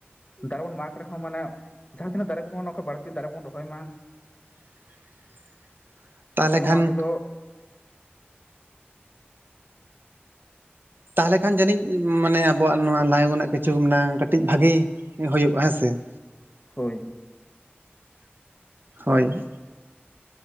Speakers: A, on the left; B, on the right.
A: ᱫᱟᱨᱮ ᱵᱚᱱ ᱢᱟᱜᱽ ᱨᱮᱦᱚᱸ ᱢᱟᱱᱮᱼᱼ ᱡᱟᱦᱟᱸ ᱛᱤᱱᱟᱹᱜ ᱫᱟᱨᱮ ᱠᱚᱵᱚᱱ ᱚᱱᱟ ᱠᱷᱚᱱ ᱵᱟᱹᱲᱛᱤ ᱫᱟᱨᱮ ᱵᱚᱱ ᱨᱚᱦᱚᱭ ᱢᱟ᱾
B: <unintelligible>
A: ᱥᱮ ᱱᱚᱣᱟ
B: ᱠᱷᱟᱱ
A: ᱛᱮᱫᱚ
B: ᱛᱟᱦᱟᱞᱮ ᱠᱷᱟᱱ ᱡᱟᱹᱱᱤᱡ ᱢᱟᱱᱮ ᱟᱵᱚᱣᱟᱜ ᱱᱚᱣᱟ ᱞᱟᱭᱚᱜ ᱱᱟᱜ ᱠᱤᱪᱷᱩ ᱢᱮᱱᱟᱜᱼᱟ ᱠᱟᱹᱴᱤᱡ ᱵᱷᱟᱜᱤ ᱦᱳᱭᱳᱜᱼᱟ ᱦᱮᱸ ᱥᱮ ᱾
A: ᱦᱳᱭ᱾
B: ᱦᱳᱭ ᱾